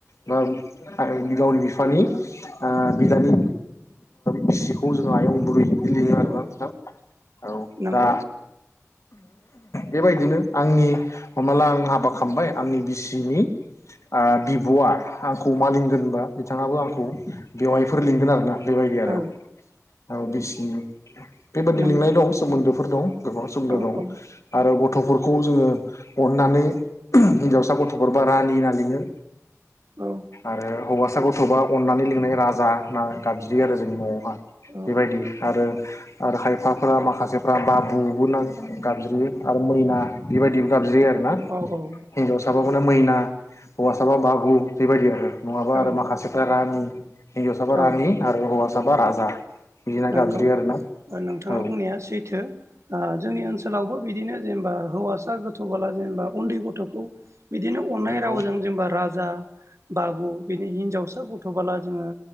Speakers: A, on the left (about 70°); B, on the right (about 65°).
A: बा गावनि बिफानि ओ बिदानि बिसिखौ जों आयं बोरि बिदि आरो
B: औ नंगौ
A: दा बेबायदिनो आंनि हमला आं हाबा खालामबाय आंनि बिसिनि बिब'आ आंखौ मा लिंगोन बा बिथाङाबो आंखौ बेवायफोर लिंगोन आरोना बेबायदि आरो
B: औ
A: औ बिसिनि बेबायादि
B: नंगौ
A: लिंनाय दं सोमोन्दोफोर दं गोबां सोमोन्दो
B: औ
A: दं
B: औ
A: आरो गथ' खौ जोङो अन्नानै हिन्जावसा गथ'फोरबा रानि होनना लिङो
B: औ
A: आरो हौवासाखौ थोबा अननानै लिंनाय राजा होना गाबज्रि आरो जोंनि न'आवहा
B: औ
A: बेबायदि आरो आरो खायफाफोरा माखासेफ्रा बाबुबो गाबज्रियो आरो मैना बेबायदिबो गाबज्रियो आरो आरो ना
B: औ
A: हिनजाव साबा माने मैना हौवा साबा बाबु बेबायदि आरो नङाबा
B: औ
A: आरो माखासेफ्रा रानि हिनजावसाबा
B: औ
A: रानि
B: औ
A: आरो हौवासाबा राजा बिदिना
B: नंगौ
A: गाबज्रियो आरोना
B: नोंथाङा
A: औ
B: बुंनाया सैथो जोंनि ओनसोलावबो बिदिनो जेनेबा हौवासा गोथ'बोला जेनेबा उन्दै गथ'खौ बिदिनो अननाय
A: नंगौ
B: रावजों जेनेबा राजा बाबु बिदि हि हिन्जावसा गथ'बोला जोङो